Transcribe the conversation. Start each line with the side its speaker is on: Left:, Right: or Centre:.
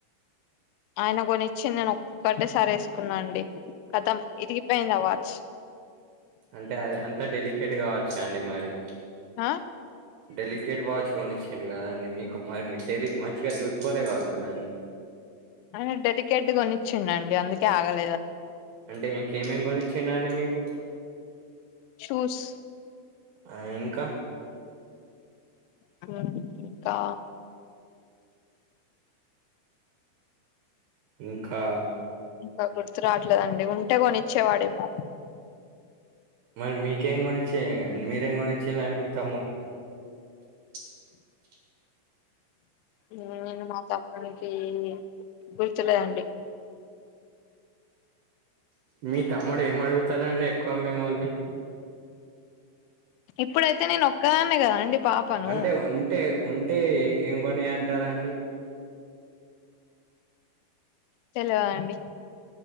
Left: ఆయన కొనిచ్చింది నేను ఒక్కటే సారి వేసుకున్నా అండి ఖతం విరిగిపోయింది అవాచ్
Right: అంటే అది అంత డెలికేట్ గా వచ్చాండి మరి
Left: ఆ
Right: డెలికేట్ వాచ్ కొనిచ్చిండు కదండి మీకు మరి మీ డె మంచిగా చూసుకోలే కావచ్చు దాన్ని
Left: అ డెలికెట్ కొనిచ్చిండి అందుకే ఆగల
Right: అంటే ఇంకేమేమి కొనిచ్చినన్ని మీకు
Left: షూస్
Right: అ ఇంకా
Left: ఇంక ఇంకా
Right: ఇంకా
Left: ఇంకా గుర్తు రావట్లేదండి ఉంటే కొనిచ్చేవాడేమో
Right: మరి మీకేం గొనిచి మీరేం గోణిచిల్లు అండి మీ తమ్మునికి <inaudible>
Left: నేను మా తమ్మునికి గుర్తులేదండి
Right: మీ తమ్ముడు ఏమడుగుతారండి ఎక్కువ మిమ్మల్ని
Left: ఇప్పుడైతే నేను ఒక్కాదాన్నే కద అండి పాపను
Right: అంటే ఉంటే ఉంటే ఏం కొనియ్ అంటారండి
Left: తెల్వదండి